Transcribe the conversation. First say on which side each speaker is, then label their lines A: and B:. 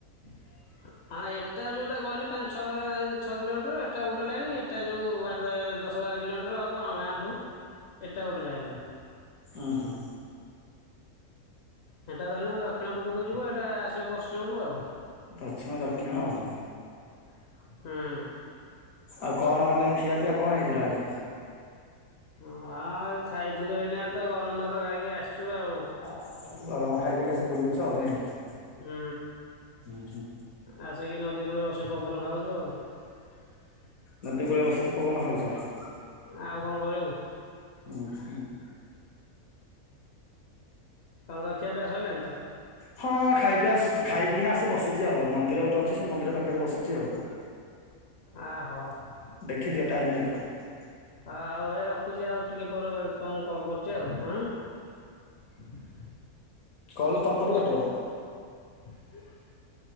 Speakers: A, on the left; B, on the left.
A: <inaudible> ହଁ ଏଟା ଯୋଉଟା କହିଲି ପାଞ୍ଚ ଛ-ଛଅ କିଲୋମିଟର ଏଟା ଗୋଟେ ଲାଇନ୍ ଏଟା ଯୋଉବାରେ ଦଶ ବାର କିଲୋମିଟର ହେବ ଆମ ଗାଁଠୁ ଏଟା ଗୋଟେ ଲାଇନ୍।
B: ଉଁ ହୁଁ।
A: ସେଟା ଧରି ନିଅ ଦକ୍ଷିଣ ପଟୁକୁ ଯିବ ଏଟା ଆସିବ ପଶ୍ଚିମକୁ ଆଉ।
B: ପଶ୍ଚିମ ଦକ୍ଷିଣ ଆଉ।
A: ହୁଁ।
B: ଆଉ କଣ ମାନେ ଖିଆ ପିଆ କଣ ହେଇଥିଲା ଆଜି?
A: ହଁ ଆ ଖାଇଥିଲୁ ଏଇନା ତ ଗରମ ଭାତ ଖାଇକି ଆସୁଚୁ ଆଉ।
B: ଓହୋ ଗରମ ଖାଇ ଦେଇକି ଆସି ବୁଲୁଚୁ ଆଉ ନାଇଁ କି।
A: ହୁଁ
B: ହୁଁ ହୁଁ
A: ଆସ ସିକି ନଦୀ କୁଳେ ବସିିକି ପବନ ଖାଉଛୁ ଆଉ ।
B: ନଦୀ କୁଳେ ବସିଛି ପବନ ଖାଉଛ ।
A: ଆଉ କଣ କରିବୁ ।
B: ହୁଁ ହୁଁ ।
A: ତମର ତ ଖୀଆପିୟା ସଇଲାନି ତ ।
B: ହଁ ଖାଇପିଇ ଆସ ଖାଇ ପି କି ନା ଆସି ବସିଛି ଆଉ ମନ୍ଦିର ଗୋଟେ ଅଛି ସେ ମନ୍ଦିର ପାଖରେ ବସିଛି ଆଉ ।
A: ଆ ହ ।
B: ଦେଖିଦିଅ ଟାଇମ୍ ଦେଖ ।
A: ହଁ ହଉ ଭାଇ ରଖୁଛି ଆଉ ଟିକେ ପରେ କ ତମକୁ କଲ୍ କରୁଛି ଆଉ ହଁ ।
B: କଲ ତମପଟୁ କାଟିବ।
A: <inaudible>